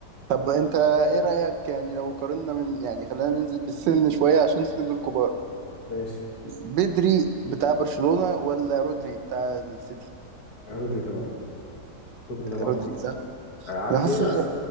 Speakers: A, on the right; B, on the left.
A: طب انت ايه رأيك يعني لو قارنا من يعني خلينا ننزل بالسن شوية عشان نسند الكبار
B: ماشي
A: بدري بتاع برشلونة ولا رودري بتاع السيتي
B: آه، رودري طبعا رودري طبعا
A: رودري صح
B: آه، عارف
A: انا حاسس
B: ليه بقى؟
A: ان